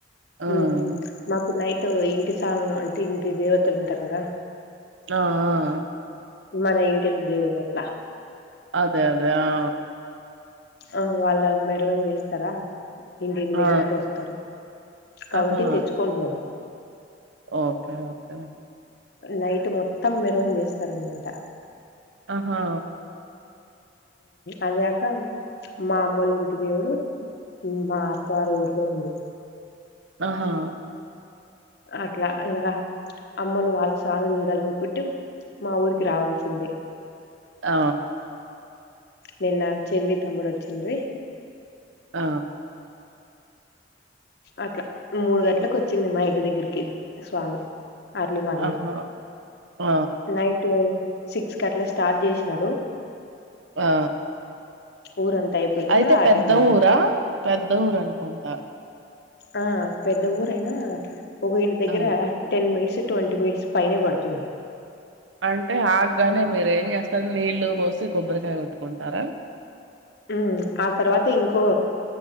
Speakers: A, on the right (about 85°); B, on the left (about 60°).
A: ఆ
B: మ్ మాకు నైట్ ట్ ఇంటి సామాను అంటే ఇంటి దేవతలు ఉంటారు కదా
A: ఆ ఆ
B: మన ఇంటి కి దేవుళ్ళు అట్ల
A: అదే అదే ఆ
B: ఆ వాళ్ళ మెరివిని చేస్తారా ఇంటింటి
A: ఆ!
B: దగ్గరికి ఒస్తరు కాబట్టి
A: ఆహా!
B: తెచ్చుకోం మేం
A: ఓకే ఓకే
B: నైట్ మొత్తం మెరవని చేస్తారున్నమాట
A: ఆహా
B: అది కాక మా అమ్మోలు ఇంటి దేవుడు మా అత్తవారి ఊర్లో అండి
A: ఆ హా
B: అట్లా ఇంకా అమ్మలు వాళ్ళ స్వామీ నీ చూడాలనుకుంటే మా ఊరికి రావాల్సిందే
A: ఆ
B: నిన్న చెల్లి తమ్ముడుొచ్చిరీ
A: ఆ
B: అట్లా మూడు గంటలలకు వచ్చింది మా ఇంటి దగ్గరికి స్వామి అర్లీ మార్నింగ్
A: ఆహా! ఆ!
B: నైట్ సిక్స్ కి అట్లా స్టార్ట్ చేసినారు
A: ఆ
B: ఊరంతా అయిపోయే లోపల
A: అయితే
B: ఆ
A: పెద్ద
B: టైం అయింది
A: ఊరా పెద్ద ఊరనుకుంటా
B: ఆ పెద్ద ఊరైనా ఒక ఇంటి దగ్గర
A: ఆ!
B: టెన్ మినిట్స్ ట్వంటీ మినిట్స్ పైనే పడుతుంది
A: అంటే ఆగగానే మీరు ఏం చేస్తారు నీళ్లు పోసి కొబ్బరికాయ కొట్టుకుంటారా
B: ఉమ్ ఆ తర్వాత ఇంకో